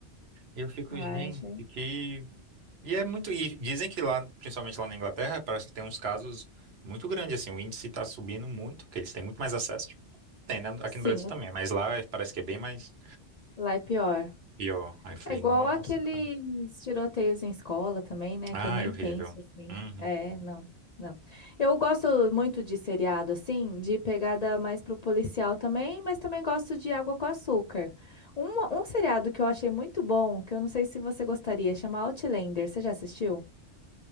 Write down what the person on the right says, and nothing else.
E eu fico,
gente,
que. E é muito. E dizem que lá, principalmente lá na Inglaterra, parece que tem uns casos muito grandes, assim. O índice tá subindo muito, que eles têm muito mais acesso. Tem, né? Aqui
no Brasil também, mas lá é- parece que é bem mais
pior. Aí eu falei,
nossa,
cara.
Ah,
é horrível.
Uhum.